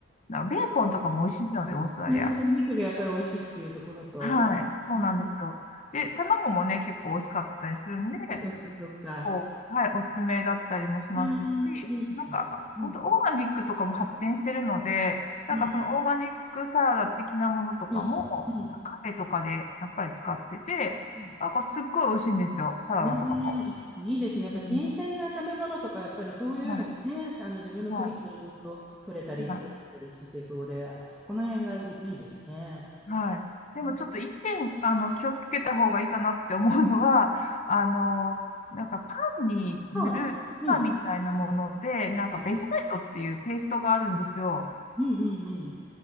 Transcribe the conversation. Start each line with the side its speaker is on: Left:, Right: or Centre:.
Left: なんかベーコンとかも美味しいので、オーストラリア。
Centre: なるほど。お肉がやっぱり美味しいっていうところと。
Left: はい、そうなんですよ。
Centre: うん
Left: で、卵もね、結構美味しかったりするんで、
Centre: そっかそっかそっか。
Left: こうはい、おすすめだったりもしますし、
Centre: うん、いいですね。
Left: なんか、
Centre: うん。
Left: 本当オーガニックとかも発展してるので、なんかそのオーガニックサラダ的なものとかも、
Centre: うん。うん。う
Left: カフェとかでやっぱり使ってて、
Centre: ん。
Left: なんかすっごい美味しいんですよ、サラダとかも。
Centre: うんいいですね。やっぱ新鮮な食べ物とか、
Left: うん
Centre: やっぱりそういうのがね、
Left: はい、
Centre: あの自分の国でいろいろ取れたり作れたりしてそうで、
Left: はい、はい、
Centre: あ、じゃあそこの辺がいい、いいですね。
Left: はい。でもちょっと一点、
Centre: うん
Left: あの、気をつけた方がいいかなって思うのは、あの、なんかパンに塗る、
Centre: はい。うん。
Left: パンみたいなもので、なんかベジマイトっていうペーストがあるんですよ。
Centre: うん。うんうんうん。